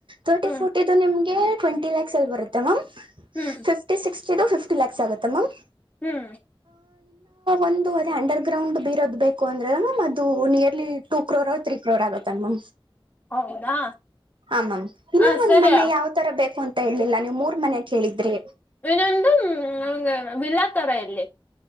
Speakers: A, on the right; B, on the left.
A: ತರ್ಟಿ
B: ಹ್ಮ್
A: ಫೋರ್ಟಿದು ನಿಮ ಟ್ವೆಟಿ ಲ್ಯಾಕ್ಸ್ಲ್ಲಿ ಬರುತ್ತೆ ಮಾಮ್
B: ಹ್ಮ್
A: ಫಿಫ್ಟಿ ಸಿಕ್ಸ್ ಇದು ಫಿಫ್ಟ ಲ್ಯಾಕ್ಸ್ಗುತ್ತ ಮಾಮ್
B: ಹ್ಮ್
A: ಒಂದು ಅದೇ ಅಂಡರ್ ಗ್ರೌಂಡ್ ಬೇ ಬೇಕ ಅಂದ್ರೆ ಮ್ಯ್ ಅದು ನಿಯರ್ಲಿ ಟೂ ಕ್ರೋರ್ ತ್ೀ ಇನ್ಕ್ಲೂಡ್ ಆಗತ್ತಲ್ಮ್ಮ
B: ಹೌದಾ
A: ಹಾಮ್ ಇನ್ನ
B: ಹ
A: ಒಂದ್
B: ಸರಿ
A: ಮನೆ ಯಾವ್ ತರ ಬೇಕು ಅಂತ ಹೇಳಲಿಲ್ಲ ನೀವ್ ಮೂರ್ ಮನ ಕೇಳಿದ್ರಿ
B: ಇನ್ನೊಂದುಂಗ ವಿಲ್ಲಾ ತರ ಎಲ್ಲಿ